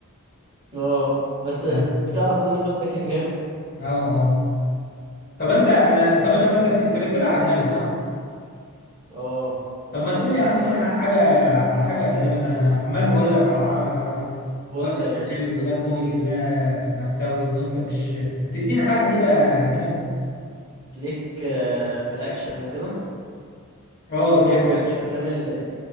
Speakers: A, on the right (about 20°); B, on the left (about 40°).
A: اه بس
B: اه
A: بتاع رمضان اللي فات ده كان جامد
B: اه طب انت انا طب انا مثلا انت بتتابع اجنبي صح؟
A: اه
B: طب ما تقول
A: عايز
B: لي يا عم
A: أ-
B: كده على حاجة على حاجة اجنبي انا عمال بقول لك على عربي عربي
A: بص
B: واقول لك
A: يا
B: ده
A: باشا
B: حلو وده كوميدي وده مأساوي وانت مش بتديني حاجة كده اجنبي
A: ليك آه، في الاكشن وكده
B: اه
A: وجو
B: ليه
A: في افلام ال-